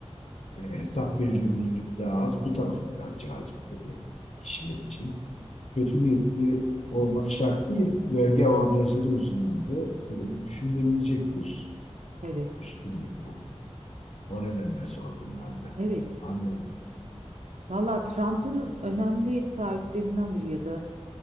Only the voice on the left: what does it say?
E, hesap verilebilirlik daha az. Bu tarafı daha cazip tabii kişiler için. Kötü niyetli olmak şart değil. Vergi avantajları yüzünden de tabii düşünülebilecek bir
üstünlük bu. O nedenle sordum ben de.
Anladım.